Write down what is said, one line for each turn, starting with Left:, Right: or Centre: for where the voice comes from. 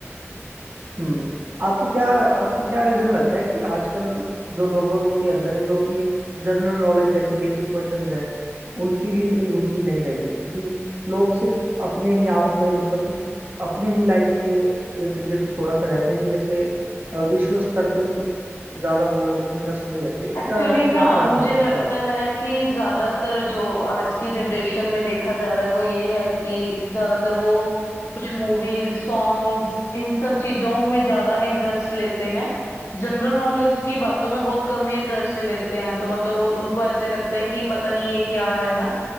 Right: हम्म आपको क्या आपको क्या रीजन लगता है कि आजकल जो लोगों के अंदर है जो कि एक जनरल नॉलेज जैसे बेसिक क्वेश्चंस हैं उनकी भी इतनी रुचि नहीं रही क्योंकि लोग सिर्फ अपने ही आप में मतलब कि अपने ही लाइफ के इर्द गिर्द थोड़ा सा रहते हैं कि जैसे अ, विश्व स्तर पे कुछ ज्यादा वो इंटरेस्ट नहीं रखते इसका
Left: एक्चुअली ना
Right: क्या कारण
Left: मुझे
Right: हो सकता
Left: लगता
Right: है
Left: है कि ज्यादातर जो आज की जनरेशन में देखा जा रहा है वो ये है कि ज्यादातर वो कुछ मूवीज सॉन्ग्स इन सब चीजों में ज्यादा इंटरेस्ट लेते हैं जनरल नॉलेज की बातों में बहुत कम ही इंटरेस्ट लेते हैं तो मतलब वो उनको ऐसे लगता है कि पता नहीं ये क्या है ना